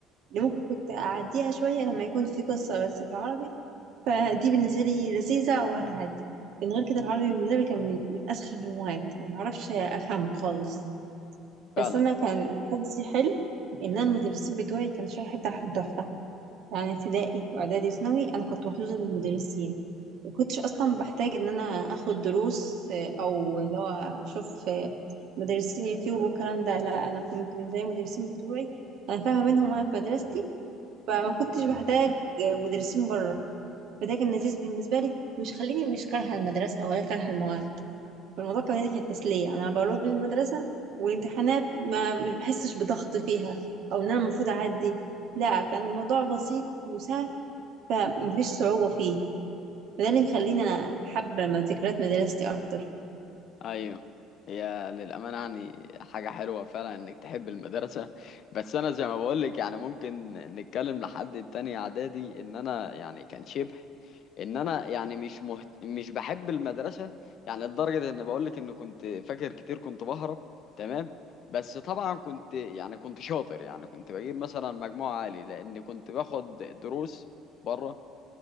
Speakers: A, on the right; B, on the left.
A: ممكن كنت أعديها شوية لما يكون في قصة بس في العربي فدي بالنسبة لي لذيذة وهتعدي من غير كده العربي بالنسبة لي كان من, من أسخف المواد ومعرفش أفهمه خالص
B: فعلا
A: بس انا كان حظي حلو ان انا المدرسين بتوعي كان الشرح بتاعهم تحفه يعني ابتدائي واعدادي وثانوي انا كنت محظوظه بالمدرسين وكنتش اصلا بحتاج ان انا اخد دروس آه، او اللي هو اشوف آه، مدرسين يوتيوب والكلام ده لا انا كنت زي المدرسين بتوعي انا فاهمه منهم وانا في مدرستي فما كنتش بحتاج آه، مدرسين بره فده كان لذيذ بالنسبه لي مش خليني مش كارهه المدرسه ولا كارهه المواد فالموضوع كمان دي كانت تسلية أنا بروح المدرسة والامتحانات ما مش بحسش بضغط فيها أو إن أنا المفروض أعدي لا كان الموضوع بسيط وسهل فمفيش صعوبة فيه فده اللي مخليني أنا حابة م- ذكريات مدرستي أكتر
B: ايوه هي للامانه يعني حاجه حلوه فعلا انك تحب المدرسه بس انا زي ما بقول لك يعني ممكن نتكلم لحد التاني اعدادي ان انا يعني كان شبه ان انا يعني مش مهت... مش بحب المدرسه يعني لدرجه ان بقول لك ان كنت فاكر كتير كنت بهرب تمام بس طبعا كنت يعني كنت شاطر يعني كنت بجيب مثلا مجموع عالي لان كنت باخد دروس بره